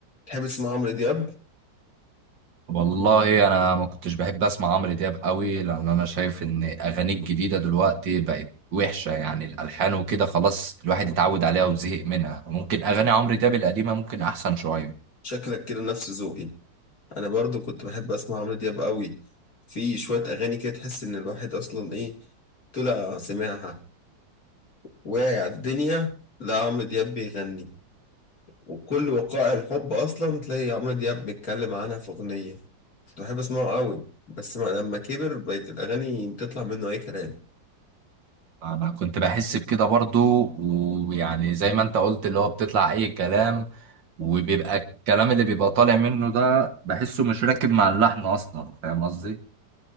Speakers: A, on the left (about 50°); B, on the right (about 80°).
A: تحب تسمع عمرو دياب
B: والله انا ما كنتش بحب اسمع عمرو دياب قوي لان انا شايف ان اغانيه الجديده دلوقتي بقت وحشه يعني الالحان وكده خلاص الواحد اتعود عليها وزهق منها ممكن اغاني عمرو دياب القديمه ممكن احسن شويه
A: شكلك كده نفس ذوقي انا برضو كنت بحب اسمع عمرو دياب قوي في شوية اغاني كده تحس ان الواحد اصلا ايه طلع سماعها واعي على الدنيا لا عمرو دياب بيغني وكل وقائع الحب اصلا تلاقي عمرو دياب بيتكلم عنها في اغنية كنت بحب اسمعه قوي بس ما لما كبر بقت الاغاني بتطلع منه اي كلام
B: انا كنت بحس بكده برضو ويعني زي ما انت قلت اللي هو بتطلع اي كلام وبيبقى الكلام اللي بيبقى طالع منه ده بحسه مش راكب مع اللحن اصلا فاهم قصدي